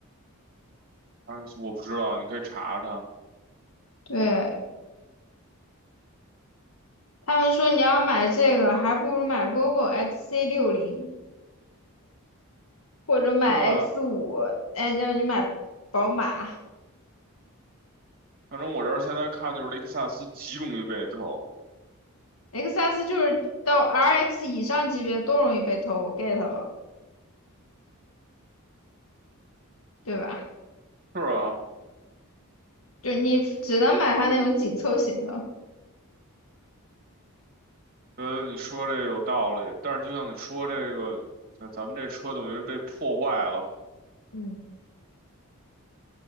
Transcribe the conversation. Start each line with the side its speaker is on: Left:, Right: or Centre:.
Right: R X 我不知道，你可以查查，
Left: 对他们说你要买这个，还不如买 vivo XC 六零或者买
Right: 对吧？
Left: X 五，哎，让你买宝马
Right: 反正我这儿现在看就是雷克萨斯极容易被偷，
Left: X S，就是到 RX 以上级别都容易被偷，我 get 了，对吧？
Right: 是啊，
Left: 就你只能买它那种紧凑型的，
Right: 呃，你说这有道理，但是就像你说这个，咱咱们这车等于是被破坏了，
Left: 嗯，